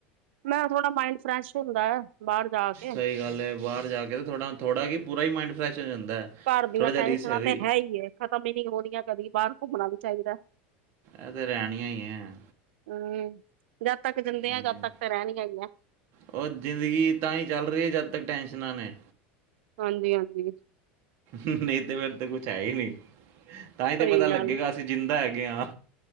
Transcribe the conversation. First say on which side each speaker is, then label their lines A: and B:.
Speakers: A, on the right; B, on the right.
A: ਮੈਂ ਥੋੜਾ ਮਾਇੰਡ ਫਰੈਸ਼ ਹੁੰਦਾ ਹੈ ਬਾਹਰ ਜਾ ਕੇ
B: ਸਹੀ ਗੱਲ ਹੈ ਬਾਹਰ ਜਾ ਕੇ ਥੋੜ੍ਹਾ ਥੋੜ੍ਹਾ ਵੀ ਪੂਰਾ ਹੀ ਮਾਇਾਈੰਡ ਫਰੈਸ਼ ਹੋ ਜਾਂਦਾ ਹੈ
A: ਘਰ ਦੀਆਂ
B: ਥੋੜ੍ਹਾ ਜਿਹਾ
A: ਟੈਨਸ਼ਨਾਂ
B: ਰੀਸ ਰੀ
A: ਤੇ ਹੈ ਹੀ ਏ ਖਤਮ ਹੀ ਨਹੀਂੀ ਹੋ ਰਆਂ ਕਦੀ ਬਾਹਰ ਘੁੰਮਣਾ ਵੀ ਚਾਹੀਦਾ
B: ਇਹ ਤੇ ਰਹਿਣੀਆਂ ਹੀ ਹੈ
A: ਹਮ ਜਦ ਤੱਕ ਜਾਂਦੇ
B: ਹਾਂਜੀ
A: ਆ ਜਦ ਤੱਕ ਤਾਂ ਰਹਿਣੀਆਂਈ ਆ
B: ਉਹ ਜ਼ਿੰਦਗੀ ਤਾਂ ਹੀ ਚੱਲ ਰਹੀ ਹੈ ਜਦ ਤੱਕ ਟੈਨਸ਼ਨਾਂ ਨੇ
A: ਹਾਂਜੀ ਹਾਂਜੀ
B: ਨਹੀਂ ਤੇ ਫੇਿਰ ਤਾਂ ਕੁੱਛ ਹੈ ਹੀ ਨਹੀਂ ਤਾਂ ਹੀ ਤੇ
A: ਸਹੀ
B: ਪਤਾ ਲੱਗੇਗਾ
A: ਗੱਲ
B: ਅਸੀਂ ਜਿੰਦਾ ਹੈਗੇ ਹਾਂ